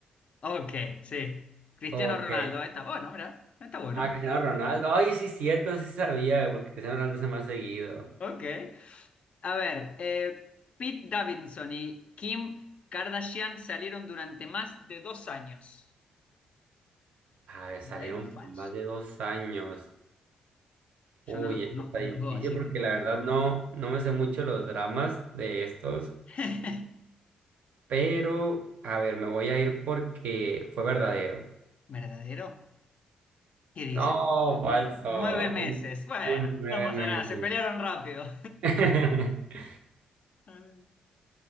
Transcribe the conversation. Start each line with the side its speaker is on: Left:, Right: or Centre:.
Left: Ok, sí. Cristiano
Right: Ok.
Left: Ronaldo, ahí está bueno, mira, está bueno.
Right: Ah, Cristiano
Left: está bueno.
Right: Ronaldo. Ay, sí, cierto, sí sabía, porque Cristiano Ronaldo es el más seguido.
Left: Ok. A ver, eh, Pete Davidson y Kim Kardashian salieron durante más de dos años.
Right: A ver,
Left: ¿Verdadero
Right: salieron
Left: o falso?
Right: por más de dos años.
Left: Yo
Right: Uy,
Left: no los conozco
Right: esto está difícil
Left: a los dos, así
Right: porque
Left: que no.
Right: la verdad no, no me sé mucho los dramas de estos,
Left: <laughs>
Right: pero a ver, me voy a ir porque fue verdadero.
Left: ¿Verdadero? Y dice,
Right: No, falso.
Left: nueve meses.
Right: Un,
Left: Bueno,
Right: un nueve
Left: no pasa
Right: meses.
Left: nada, se pelearon rápido.
Right: <laughs>
Left: <laughs> A ver.